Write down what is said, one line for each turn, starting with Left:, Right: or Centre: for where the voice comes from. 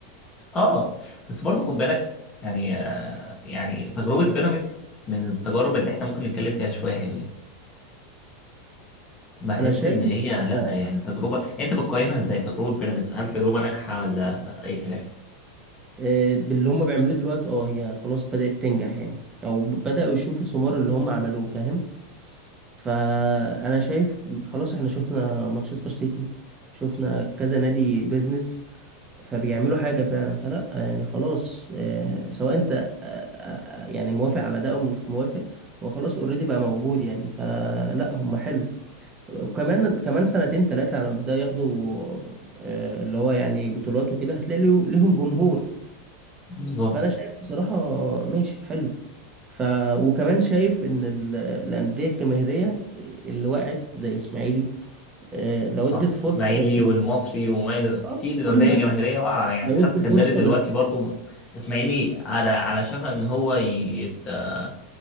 Left: اه بس برضه خد بالك يعني آه يعني تجربه بيراميدز من التجارب اللي احنا ممكن نتكلم فيها شويه حلوين بحس
Right: انا شايف
Left: ان هي لا
Right: آه،
Left: يعني تجربه يعني انت بتقيمها ازاي تجربه بيراميدز هل تجربه ناجحه ولا اي كلام
Right: آه، باللي هما بيعملوه دلوقتي اه هي خلاص بدات تنجح يعني او بداوا يشوفوا ثمار اللي هما عملوه فاهم فانا شايف خلاص احنا شفنا مانشستر سيتي شفنا كذا نادي بيزنس فبيعملوا حاجة فعلا فلا يعني خلاص آه، سواء انت آه، آه، آه، يعني موافق على ده او مش موافق هو خلاص اوريدي بقى موجود يعني فلا هم حلو وكمان كمان سنتين تلاتة على ما يبدأوا ياخدوا آه، اللي هو يعني بطولات وكده هتلاقي ليه- ليهم جمهور
Left: بالظبط
Right: فانا شايف بصراحة ماشي حلو ف وكمان شايف ان ال- الانديه الجماهيريه اللي وقعت زي اسماعيلي آه، لو
Left: صح
Right: ادت فرصه
Left: اسماعيلي
Right: بس مش
Left: والمصري وما الى كتير
Right: آه، كل
Left: انديه
Right: ده
Left: جماهيريه واقعه يعني
Right: لو
Left: اتحاد
Right: ادي
Left: اسكندري
Right: فرصه
Left: دلوقتي
Right: بس
Left: برضه اسماعيلي على على شفا ان هو يت... آه،